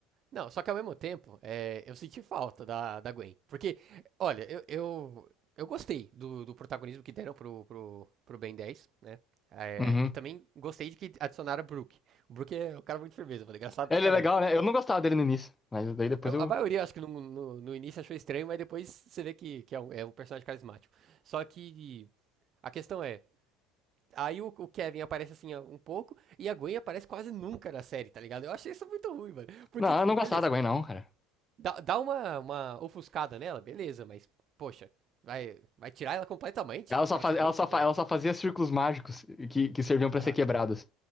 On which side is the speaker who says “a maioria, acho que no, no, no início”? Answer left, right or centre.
Right